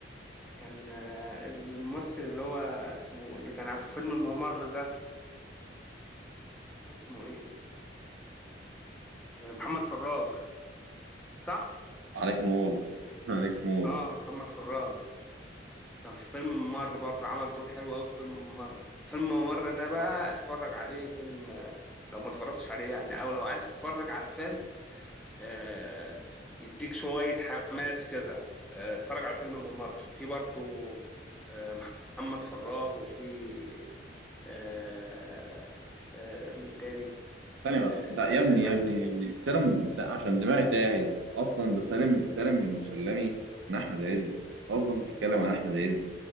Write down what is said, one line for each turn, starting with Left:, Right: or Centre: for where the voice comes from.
Centre: كان آه، الممثل اللي هو اسمه اللي كان في فيلم الممر ده اسمه إيه؟ آه، محمد فراج صح؟
Right: عليك نور <laughs> عليك نور
Centre: آه محمد فراج كان في فيلم الممر برضه عمل دور حلو أوي في فيلم الممر فيلم الممر ده بقى اتفرج عليه فيلم آه، لو ما اتفرجتش عليه يعني أو لو عايز تتفرج على فيلم آه، يديك شوية حماس كده آه، اتفرج على الفيلم بممر في برضه آه، محمد فراج وفي آه، آه، مين تاني
Right: ثانية بس
Centre: آه،
Right: لا يا ابني
Centre: ال-
Right: يا ابني يا ابني سالم س- عشان دماغي تاهت اصلا ده سالم سالم المسلمي من احمد عز اصلا بتتكلم عن احمد عز